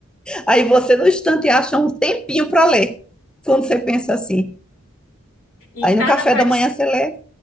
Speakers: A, in the centre; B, on the left.
A: Aí você, no instante, acha um tempinho para ler, quando você pensa assim.
B: E
A: Aí no
B: cada
A: café
B: partici-
A: da manhã você lê,